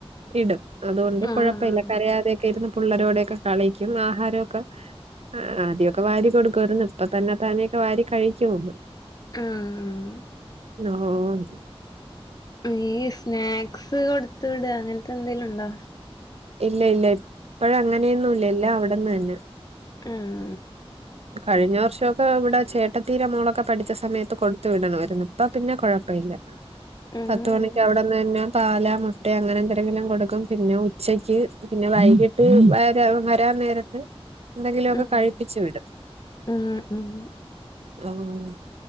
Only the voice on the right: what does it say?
ഇടും അതുകൊണ്ട്
കുഴപ്പയില്ല കരയാതെക്കെ ഇരുന്നു പുള്ളരോടെക്കെ കളിക്കും ആഹാരോക്കെ അ ആദ്യോക്കെ വാരി കൊടുക്കാരുന്നു ഇപ്പൊ തന്നെ താനെയൊക്കെ വാരി കഴിക്കുന്ന്.
ലോഞ്ച്.
ഇല്ല ഇല്ല ഇപ്പഴ ങ്ങനെയൊന്നുല്ല എല്ലാം അവടന്ന് അന്നെ.
<inaudible> കഴിഞ്ഞ വർഷൊക്കെ ഇവടെ ചേട്ടത്തീര മോളൊക്കെ പഠിച്ച സമയത്ത് കൊടുത്തു വിടണമായിരുന്നു ഇപ്പ പിന്നെ കൊഴ പ്പയില്ല
പത്തുമണിക്ക് അവിടെന്നന്നെ പാല മുട്ട അങ്ങനെ എന്തെരങ്കിലും കൊടുക്കും പിന്നെ ഉ ച്ചക്ക് പിന്നെ വൈകിട്ട് വരാ വരാൻ നേരത്ത്. എന്തെങ്കിലൊക്കെ
കഴിപ്പിച്ച് വിടും
ഓഹ്.